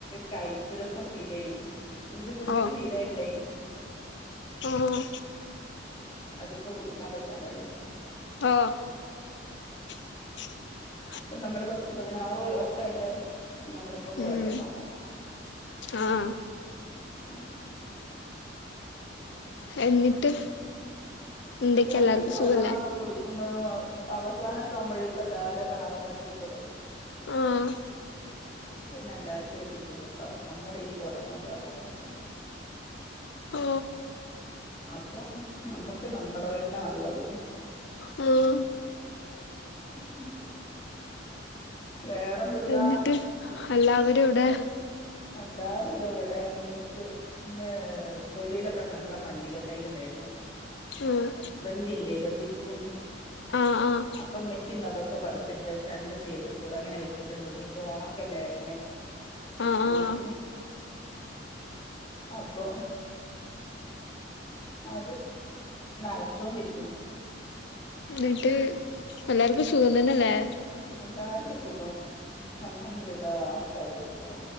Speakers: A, on the left; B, on the left.
A: കയ്പ് രസം ഫീല്ചെയ്യും ഇത് കുടിച്ച്
B: ഓ
A: ശീലമായിട്ടേ.
B: ആഹ്.
A: അതിപ്പോ കുടിക്കാൻ പറ്റാണ്ടായിക്കണ്.
B: ഓ <inaudible>
A: ഇപ്പ നമ്മള് പത്ത് പതിനാറ് വർഷമായിട്ട് നമ്മളിപ്പോ കുഴൽ
B: ഉം
A: വെള്ളം തന്നെ
B: ആഹ്
A: ഉം
B: എന്നിട്ട് എന്തൊക്കെ
A: കെണറ്റ്ത്തെ
B: എല്ലാർക്കും സുഖല്ലേ
A: വെള്ളം നമ്മള് കുടിക്ക ക്കുമ്പോഴും അവസാനൊക്ക ആകുമ്പോഴേക്കും എല്ലാരും കിണറും. <unintelligible>
B: ആഹ്
A: അപ്പൊ പിന്ന എല്ലാരും ഒരു ബുദ്ധിമുട്ടാവും. നമ്മൾ ഈ കുടം കൊണ്ട് വെള്ളംത്തിന് പോകും.
B: ഓ
A: അപ്പൊ നമ്മക്ക് നമ്മടെ തന്നെ നല്ലത്.
B: ഉം
A: ഉം വേറെന്തുട്ടാ
B: എന്നിട്ട് എല്ലാവരും എവിടെ?
A: എല്ലാവരും ഇതാ ഇവിടെ കുറച്ച് ഇന്ന് തൊടിയിലൊക്കെ നല്ല മല്ലിക തൈ ഉണ്ടായിരുന്നു.
B: ആഹ്
A: ബന്ധിയില്ലേ ബന്ധിപ്പൂവിന്റെ
B: ആഹ് ആഹ്
A: അപ്പൊ ഇമ്മച്ചി ഇന്ന് അതൊക്കെ പറിച്ച്. വച്ചിട്ട് രണ്ട് സൈഡ് കൂടെ ഇങ്ങനെ വെച്ചിട്ടുണ്ട് ഇനിയിപ്പോ ഓണക്കെല്ലേ വരുന്നെ.
B: ആഹ്
A: പൂവിന്
B: ആഹ്
A: അപ്പൊ അത് നനച്ചൊണ്ടിരിക്കണ്.
B: എന്നിട്ട് എല്ലാർക്കും സുഖം തന്നെയല്ലേ?
A: എല്ലാർക്കും സുഖം. അൽഹംദുലില്ലാ റാഹത്തായിട്ട് പോണു.